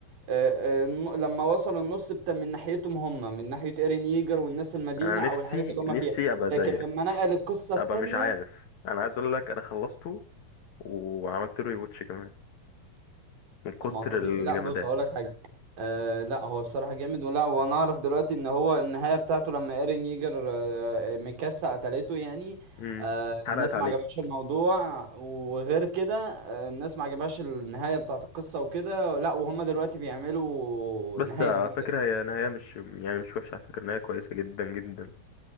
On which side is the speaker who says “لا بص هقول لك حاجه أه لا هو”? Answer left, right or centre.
Right